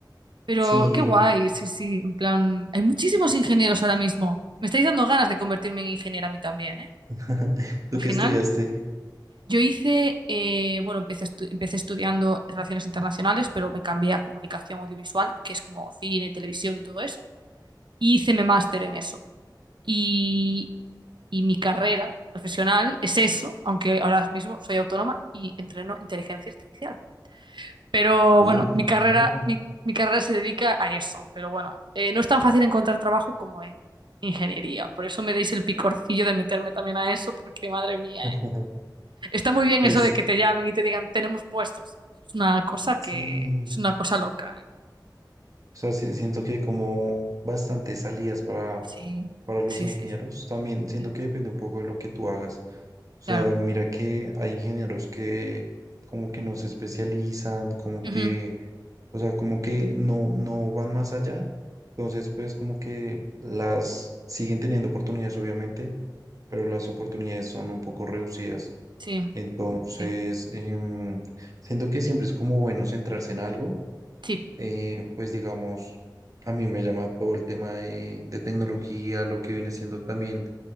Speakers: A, on the right (about 80°); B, on the right (about 45°).
A: Pero
B: Sí,
A: qué guay, sí, sí, en plan, hay muchísimos ingenieros ahora mismo. Me estáis dando ganas de convertirme en ingeniera a mí también, ¿eh?
B: <laughs> tú
A: Al final,
B: que estudiaste.
A: yo hice, eh, bueno, empecé, estu- empecé estudiando relaciones internacionales, pero me cambié a comunicación audiovisual, que es como cine, televisión y todo eso, y hice mi máster en eso. Y, y mi carrera profesional es eso, aunque ahora mismo soy autónoma y entreno inteligencia artificial. Pero
B: Oh,
A: bueno, mi carrera,
B: genial.
A: mi, mi carrera se dedica a eso. Pero bueno, eh, no es tan fácil encontrar trabajo como en ingeniería. Por eso me deis el picorcillo de meterme también a eso, porque madre mía,
B: <laughs>
A: eh. Está muy bien
B: Pues
A: eso de que te llamen y te digan, tenemos puestos. Es una cosa
B: sí,
A: que es una cosa loca, eh.
B: o sea, sí- siento que hay como bastantes salidas para,
A: Sí,
B: para los
A: sí,
B: ingenieros.
A: sí, sí,
B: También siento
A: sí.
B: que depende un poco de lo que tú hagas. O sea,
A: Claro.
B: mira que hay ingenieros que como que no se especializan, como
A: Ujú.
B: que, o sea, como que no, no van más allá. Entonces, pues como que las siguen teniendo oportunidades, obviamente, pero las oportunidades son un poco reducidas.
A: Sí,
B: Entonces,
A: sí,
B: em, siento que siempre es como bueno centrarse en algo
A: sí.
B: eh, pues digamos, a mí me llama todo el tema de, de tecnología, lo que viene siendo también